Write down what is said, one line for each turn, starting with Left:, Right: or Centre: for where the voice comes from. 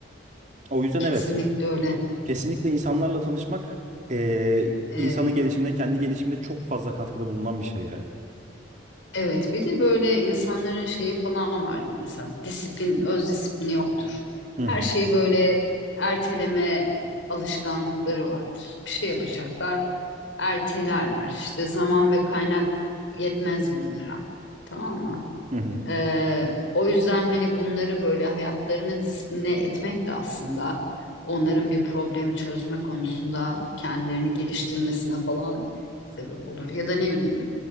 Right: O yüzden
Left: kesinlikle
Right: evet,
Left: öyle.
Right: kesinlikle insanlarla tanışmak eee,
Left: E,
Right: insanın gelişimine, kendi gelişimine çok fazla katkıda bulunan bir şey ya.
Left: evet, bir de böyle insanların şeyi falan vardır mesela disiplin, öz disiplini yoktur.
Right: Hı hı,
Left: Her şeyi böyle erteleme alışkanlıkları vardır. Bir şey yapacaklar, ertelerler. İşte zaman ve kaynak yetmez bunlara. Tamam mı?
Right: hı hı,
Left: Ee, o yüzden hani bunları böyle hayatlarını disipline etmek de aslında onların bir problemi çözme konusunda kendilerini geliştirmesine falan sebep olur. Ya da ne bileyim